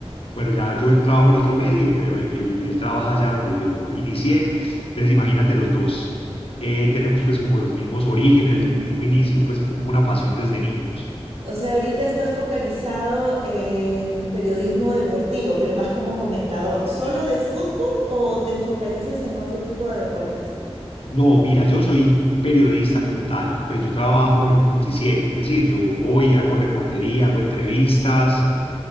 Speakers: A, on the left (about 60°); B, on the right (about 65°).
A: Bueno, ya yo trabajo en otro medio, pero él, él trabaja allá donde yo inicié. Entonces, imagínate los dos. eh, tenemos pues como los mismos orígenes, el mismo inicio, pues fue como una pasión desde niños.
B: O sea, ahorita estás focalizado en periodismo deportivo, pero más como comentador. ¿Solo de fútbol o te focalizas en otro tipo de deportes?
A: No, mira, yo soy periodista como tal, pues yo trabajo en un noticiero, es decir, yo voy, hago reportería, hago entrevistas,